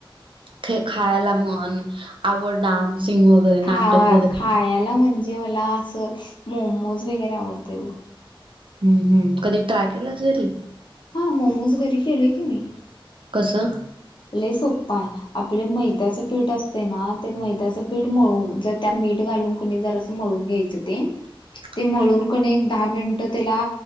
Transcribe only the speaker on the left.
खवा
खायला म्हणजे मला असं, मोमोज वगैरे आवडतय ग.
हा, मोमोज घरी केले की मी.
लई सोप्प आहे. आपले मैद्याचं पीठ असते ना, ते मैद्याचं पीठ मळून जर त्यात मीठ घालून कुणी जर मळून घ्यायचं ते.
ते मळून कणी एक दहा मिनिट त्याला